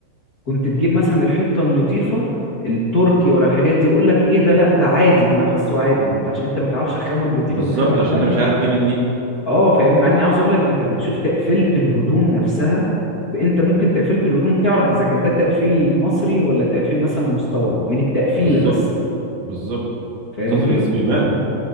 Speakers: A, on the left (about 35°); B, on the right (about 60°).
A: كنت تجيب مثلا الحتة النضيفة التركي ولا الحاجات دي يقول لك ايه ده لا ده عادي ده انا حاسه عادي ما انت عشان انت ما تعرفش الخامة النضيفة
B: بالظبط
A: من الخامة التانية
B: عشان انت مش عارف دي من دي
A: اه فاهمني مع اني عاوز اقول لك انت بتشوف تقفيله الهدوم نفسها ب- انت ممكن تقفيله الهدوم تعرف اذا كان ده تقفيل مصري ولا تقفيل مثلا مستورد من التقفيله
B: بالظبط
A: بس
B: بالظبط
A: فاهمني
B: تظريف بيبان